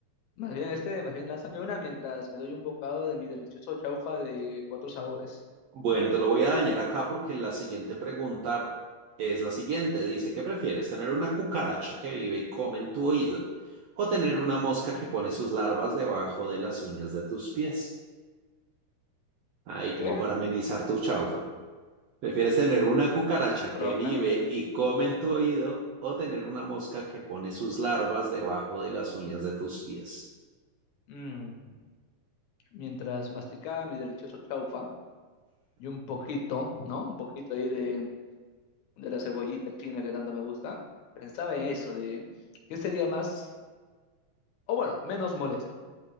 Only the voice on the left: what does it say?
más bien este, más bien lánzame una mientras me doy un bocado de mi delicioso chaufa de cuatro sabores.
¿Qué?
Mmm,
crocante.
Mm, mientras masticaba mi delicioso chaufa y un poquito, ¿no? Un poquito ahí de, de la cebollita china que tanto me gusta, pensaba en eso, de qué sería más, o bueno, menos molesto.